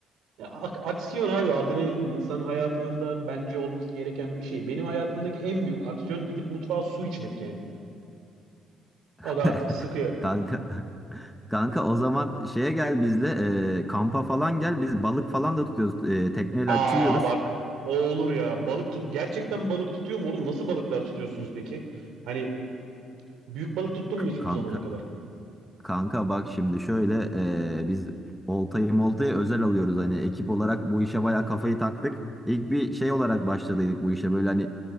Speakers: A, on the right; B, in the centre.
A: ya ak- aksiyon abi adrenalin insan hayatının da bence olması gereken bir şey. Benim hayatımdaki en büyük aksiyon gidip mutfağa su içmek yani. O
B: <laughs>
A: da artık sıkıyor.
B: Kanka kanka o zaman şeye gel bizle e, kampa falan gel biz balık falan da tutuyoruz E, tekneyle
A: Aa
B: açılıyoruz.
A: bak o olur ya. Balık tu- gerçekten balık tutuyor mu oğlum? Nasıl balıklar tutuyorsunuz peki? Hani büyük balık tuttun
B: K-
A: mu hiç
B: kanka
A: bu zamana kadar?
B: Kanka bak şimdi şöyle eee, biz oltayı moltayı özel alıyoruz hani ekip olarak bu işe bayağı kafayı taktık. İlk bir şey olarak başladıydık bu işe böyle hani